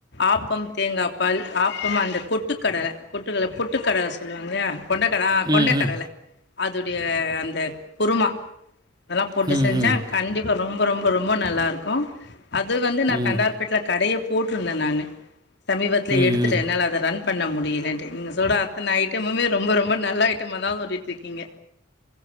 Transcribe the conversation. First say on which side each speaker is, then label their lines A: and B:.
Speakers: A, on the left; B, on the right.
A: ஆப்பம் தேங்காப்பால் ஆப்பம் அந்த கொட்டுக்கடல கொட்டுக்கடல பொட்டுக்கடல சொல்லுவாங்கள கொண்டகடா ஆ
B: ம்,
A: கொண்டக்கடல
B: ம், ம்,
A: அதுடைய அந்த குருமா போட்டு
B: ம்,
A: செஞ்சா கண்டிப்பா ரொம்ப ரொம்ப ரொம்ப நல்லா ருக்கு அது வந்து நா
B: ம்,
A: தண்டார்பேட்ல கடையேய் போட்ருந்த நானு சமீபத்துல
B: ம்,
A: எடுத்துட்டே
B: ம்.
A: என்னால அத ரன் பண்ண முடியலன்ட்டு நீங்க சொல்ற அத்தன ஐட்டமுமே ரொம்ப ரொம்ப நல்ல ஐட்டம தா சொல்லிட் ருக்கீங்க